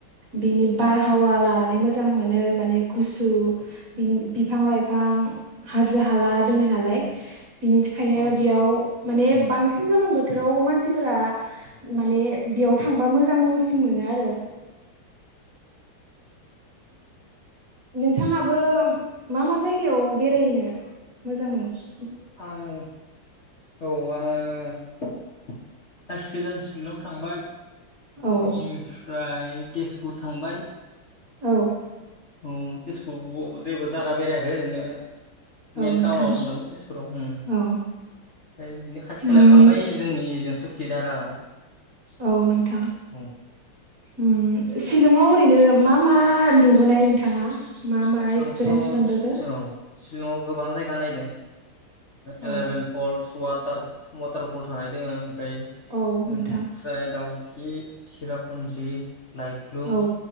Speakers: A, on the right; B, on the left.
A: बिनि बारहावा लानानै मोजां मोनो माने गुसु बि बिफां-लाइफां हाजो-हाला दोङो नालाय बिनि थाखायनो
B: औ
A: बेयाव माने बांसिन गोलोम बोथोराव मानसिफोरा माने बेयाव थांबा मोजांसिन मोनो आरो
B: <inaudible>
A: नोंथाङाबो मा मा जायगायाव बेरायहैनो मोजां मोनो?
B: आं औ आंङो फास गोजान शिलं थांबाय
A: औ
B: ओमफ्राय तेजपुर थांबाय
A: औ
B: औ तेजपुरखौ जेबो जायगा बेरायाखै ओरैनो
A: औ
B: मेन
A: नोंथां
B: टाउनाव थांदोंमोन तेजपुराव उम ओमफाय
A: औ
B: बिदिनो खाथि खालायाव
A: उम
B: थांबाय जोंनि जों सुखि दारागाव
A: औ नोंथां
B: औ
A: उम शिलंआव ओरैनो मा मा नुबोनाय नोंथाङा? मा मा एक्सपिरियेन्स
B: आंथ' औ
A: मोनबोखो
B: शिलङाव गोबां जाय गा नायदों एलेभेन
A: औ
B: फ'लस वाटार वाटार फ'ल थानाय दोंङो फ्राय
A: औ नोंथां
B: ओमफ्राय दावखि सिरापुन्जि लाइटलुम
A: औ